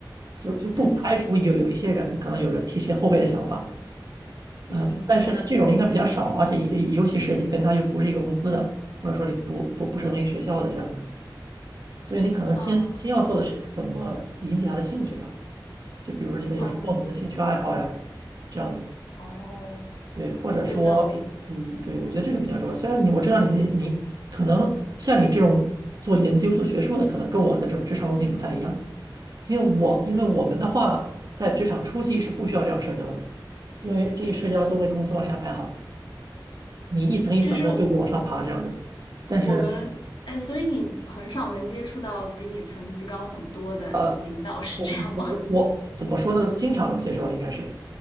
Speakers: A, on the right (about 55°); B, on the left (about 75°).
A: 就就不排除有有一些人可能有着提携后辈的想法，
B: 嗯嗯，
A: 呃，但是呢，
B: 对，
A: 这种应该比较少，而且尤尤其是你跟他又不是一个公司的，或者说你不不不是同一个学校的这样的，所以你可能先先要做的是怎么引起他的兴趣吧，
B: 嗯
A: 就比如说你们有什么共同的兴趣爱好呀，
B: 嗯，
A: 这样的。
B: 哦，
A: 对，或者说，
B: 有道理。
A: 嗯，对，我觉得这个比较重要。虽然你我知道你们你你可能像你这种做研究、做学术的，可能跟我的这种职场路径不太一样，因为我因为我们的话，在职场初期是不需要这样社交的，因为这些社交都会公司帮你安排好了，你一层一层的就会往上爬这样的。
B: 其实
A: 但是
B: 我们，哎，所以你很少能接触到比你层级高很多的领导，
A: 呃，
B: 是这样吗？
A: 我我怎么说呢？经常能接受到应该是，